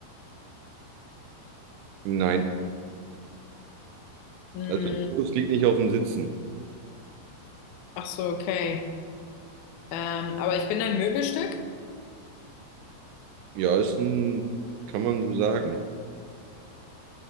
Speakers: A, on the right (about 80°); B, on the left (about 80°).
A: Nein.
B: Hm,
A: Also der Fokus liegt nicht auf dem Sitzen.
B: ach so, okay. Ähm, aber ich bin ein Möbelstück.
A: Ja, ist ein, kann man so sagen.